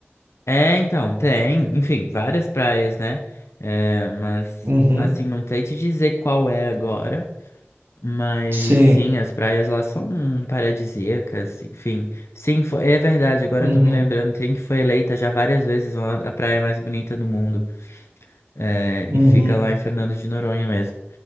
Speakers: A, on the left; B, on the right.
A: É, então, tem, enfim, várias praias, né? É, mas
B: Uhum.
A: assim, não sei te dizer qual é agora. Mas
B: Sim.
A: sim, as praias lá são paradisíacas, enfim. Sim, fo- é verdade, agora
B: Uhum.
A: eu tô me lembrando, tem que foi eleita já várias vezes uma- a praia mais bonita do mundo. É,
B: Uhum.
A: e fica lá em Fernando de Noronha mesmo.